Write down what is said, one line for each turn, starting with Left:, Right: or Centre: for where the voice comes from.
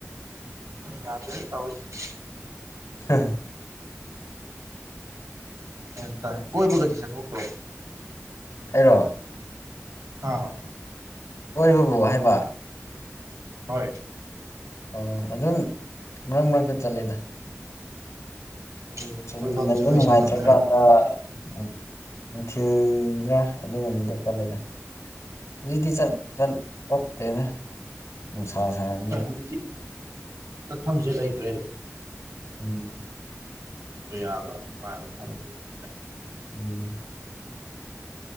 Right: ꯌꯥꯗ꯭ꯔꯦꯗ ꯇꯧꯔꯤꯁꯤ
Left: <unintelligible>
Right: ꯒ꯭ꯌꯥꯟ ꯇꯥꯏ ꯀꯣꯏꯕꯒꯗꯤ ꯆꯠꯊꯣꯛꯇ꯭ꯔꯣ
Left: ꯑꯩꯔꯣ
Right: ꯑꯥ
Left: ꯀꯣꯏꯕꯕꯨ ꯍꯥꯏꯕ
Right: ꯍꯣꯏ
Left: ꯑꯣ ꯑꯗꯨꯝ ꯃꯔꯛ ꯃꯔꯛꯇ ꯆꯠꯂꯦꯗ
Right: ꯑꯗꯨꯅꯤꯅꯦ
Left: ꯁꯨꯝ
Right: ꯀꯣꯏꯐꯝꯁꯨ
Left: ꯂꯩꯕ
Right: ꯂꯩꯁꯜꯂꯛꯇ꯭ꯔꯦ
Left: ꯅꯨꯡꯉꯥꯏꯇ꯭ꯔꯀꯥꯟꯗ ꯎꯝ ꯅꯨꯡꯊꯤꯜꯗ ꯑꯗꯨꯒꯨꯝꯕꯗ ꯆꯠꯂꯦꯗ ꯍꯨꯖꯤꯛꯇꯤ ꯆꯠ ꯆꯜ ꯆꯠꯇꯦꯗ ꯅꯨꯡꯁꯥ ꯁꯝ
Right: ꯍꯣꯏ ꯍꯧꯖꯤꯛꯇꯤ ꯆꯠꯐꯝꯁꯦ ꯂꯩꯇ꯭ꯔꯦꯗ
Left: ꯎꯝ
Right: ꯀꯣꯏꯕ ꯌꯥꯕ ꯅꯨꯡꯉꯥꯏꯕ ꯃꯐꯝꯁꯨ ꯂꯩꯇ꯭ꯔꯦ
Left: ꯎꯝ
Right: ꯌꯥꯝꯅ